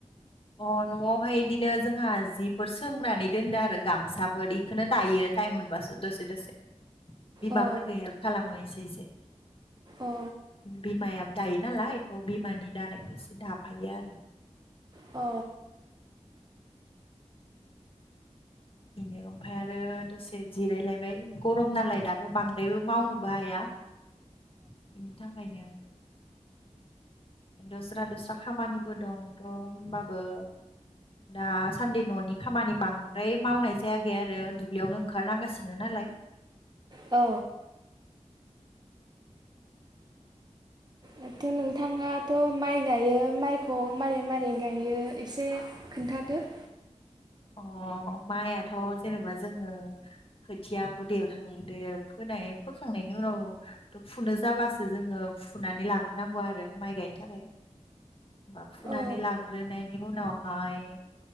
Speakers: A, on the left; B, on the right.
A: अ न'आवहाय बिदिनो जोंहा जिफोर सोंनानै दोनदो आरो गामसा बेखौनो दायो टाइम मोनबासो दसे दसे। बिमाफोरखो
B: अ
A: हेल्प खालामो एसे एसे।
B: अ
A: बिमायो दायो नालाय थ' बिमानि दानायखौ एसे दाफायो आरो।
B: अ
A: बेनो ओमफ्राय आरो दसे जिरायलायबाय गरम नालाय दाथ' बां बायबो मावनोबो हाया बेनि थाखायनो। दस्रा दस्रा खामानिबो दंथ' होनोमबाबो। दाासान्दि न'नि खामानि बांद्राय मावनाय जायाखै आरो दुब्लियावनो ओंखारनांगासिनो नालाय।
B: अ दाथ' नोंथाङा थ' माइ गायो माइखौ मारै मारै गायो एसे खोन्थादो।
A: अ माइआथ' जेनेबा जोङो। खोथियाखौ देरखांदो फोनाय फोखांनायनि उनाव। थ' फुनो जाबासो जोङो फुनानै लाग्रोनांगौ आरो माइ गायनो थाखाय। मा फुनानै
B: औ
A: लाग्रोनायनि उनावहाय।